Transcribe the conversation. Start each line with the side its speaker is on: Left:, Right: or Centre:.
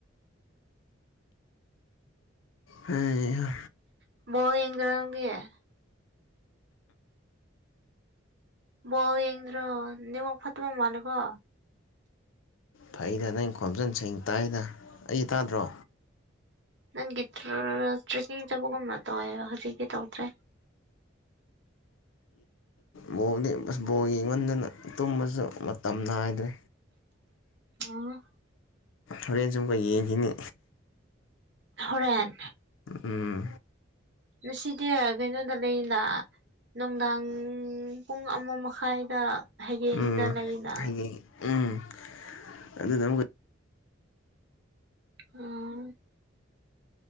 Left: ꯍꯩꯍ꯫
Right: <unintelligible> ꯕꯣꯜ ꯌꯦꯡꯗ꯭ꯔꯣ ꯅꯦꯋꯥꯛ ꯐꯠꯇꯕ ꯃꯥꯅꯀꯣ
Left: ꯊꯩꯗ ꯅꯪ ꯈꯣꯝꯖꯟ ꯁꯤꯡ ꯇꯥꯏꯗ ꯑꯩ ꯇꯥꯗ꯭ꯔꯣ
Right: ꯅꯪꯒꯤ <unintelligible> ꯇ꯭ꯔꯦꯛꯀꯤꯡ ꯆꯠꯄꯒꯨꯝꯅ ꯇꯧꯋꯦꯕ ꯍꯧꯖꯤꯛꯇꯤ ꯇꯧꯗ꯭ꯔꯦ
Left: ꯕꯣꯅꯤ ꯑꯁ ꯕꯣꯜ ꯌꯦꯡꯃꯟꯗꯅ ꯇꯨꯝꯕꯁꯨ ꯃꯇꯝ ꯅꯥꯏꯗ꯭ꯔꯦ
Right: ꯑꯣ
Left: ꯍꯣꯔꯦꯟꯁꯨ ꯑꯃꯨꯛꯀ ꯌꯦꯡꯈꯤꯅꯤ
Right: ꯍꯣꯔꯦꯟ
Left: ꯎꯝ
Right: ꯉꯁꯤꯗꯤ ꯀꯩꯅꯣꯗ ꯂꯩꯅ ꯅꯨꯡꯗꯥꯡ ꯄꯨꯡ ꯑꯃ ꯃꯈꯥꯏꯗ ꯍꯌꯦꯡꯗ
Left: ꯎꯝ
Right: ꯂꯩꯅ
Left: ꯍꯌꯦꯡ ꯎꯝ ꯑꯗꯨꯗ ꯑꯃꯨꯛ
Right: ꯎꯝ